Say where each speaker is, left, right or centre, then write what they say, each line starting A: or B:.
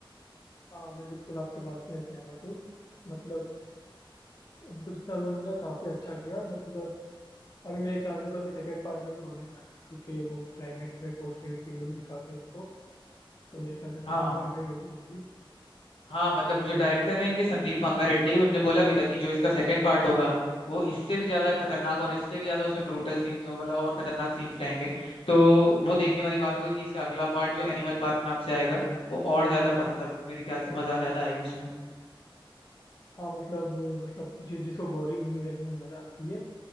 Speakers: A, on the left (about 40°); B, on the left (about 80°).
A: हाँ मैं बिल्कुल आपकी बात से सहमत हूँ मतलब उनको जितना रोल मिला काफी अच्छा किया मतलब अभी मेरे ख्याल से तो अभी सेकंड पार्ट में भी होने वाली है क्योंकि वो क्लाइमेक्स में पोस्ट क्रेडिट सीन में भी दिखाते हैं इसको तो मेरे ख्याल से सेकंड
B: हाँ
A: पार्ट में ही होगी
B: हाँ मतलब
A: तो
B: जो डायरेक्टर हैं इनके संदीप रंगारेड्डी उनने बोला भी था कि जो इसका सेकंड पार्ट होगा वो इससे भी ज्यादा खतरनाक और इससे भी ज्यादा उसमें ब्रूटल सीन्स होंगे मतलब और खतरनाक सीन्स रहेंगे तो वो देखने वाली बात होगी कि इसका अगला पार्ट जो एनिमल पार्क नाम से आएगा वो और ज्यादा मतलब
A: हाँ
B: मेरे ख्याल से मजा ज्यादा आएगी उसमें
A: हाँ मतलब वो मतलब जिस जिसको गौरी मूवी देखने में मजा आती है